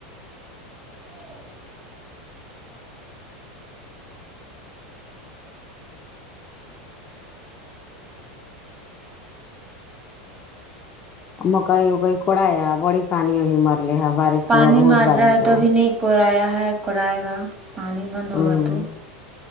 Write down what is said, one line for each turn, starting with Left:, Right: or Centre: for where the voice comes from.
Right: ج
Left: مکئی وکئی کوڑایا بڑی پانی ابھی مرلے ہے بارش
Right: پانی
Left: ہوا بہت
Right: مار
Left: بارش
Right: رہا ہے
Left: ہوا
Right: تو ابھی کوورایا ہے کوائے گا پانی بند
Left: ہوں
Right: ہوگا تو